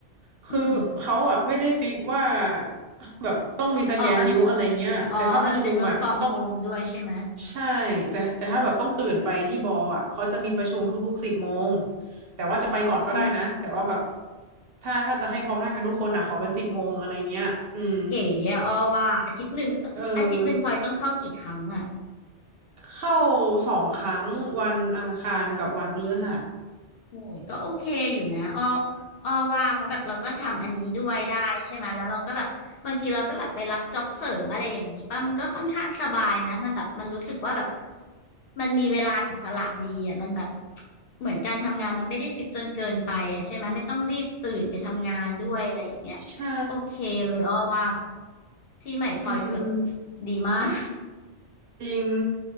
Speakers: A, on the right; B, on the left.
A: คือเขาอ่ะไม่ได้ฟิกว่า
B: อืม
A: แบบต้องมีสแกนนิ้วอะไรเงี้ยแต่ถ้าประชุมอ่ะต้อง
B: อ๋อมันอ๋อมันเป็น work from home ด้วยใช่ไหม
A: ใช่แต่แต่ถ้าแบบต้องตื่นไปที่บออ่ะเขาจะมีประชุมทุกๆสิบโมงแต่ว่าจะไปก่อนก็ได้นะแต่ว่าแบบ
B: อืม
A: ถ้าถ้าจะให้พร้อมหน้ากันทุกคนอ่ะขอเป็นสิบโมงอะไรเงี้ยอืม
B: เก๋อะอ้อว่าอาทิตย์หนึ่งอาทิตย์หนึ่งพลอยต้องเข้ากี่ครั้งอะ
A: เออเข้าสองครั้งวันอังคารกับวันพฤหัส
B: โอ้ยก็โอเคอยู่นะอ้ออ้อว่าเพราะแบบเราก็ทำอันนี้ด้วยได้ใช่ไหมแล้วเราก็แบบบางทีเราก็แบบไปรับจ็อบเสริมอะไรอย่างนี้ป่ะมันก็ค่อนข้างสบายนะมันแบบมันรู้สึกว่าแบบมันมีเวลาอิสระดีอ่ะมันแบบเหมือนการทำงานมันไม่ได้ฟิกจนเกินไปอ่ะใช่ไหมไม่ต้องรีบตื่นไปทำงานด้วยอะไรอย่างเงี้ยโอเคเลยอ้อว่าแบบ
A: ใช่
B: ที่ใหม่พลอยคือแบบ
A: อืม
B: ดีมาก
A: จริง